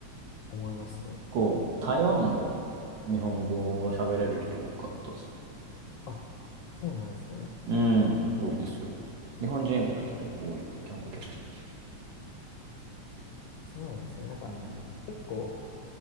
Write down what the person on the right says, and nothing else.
こう台湾も日本語を喋れる人多かったですね。
うん。多いですよ。日本人の人も多い。
観光客も多いし。
うん。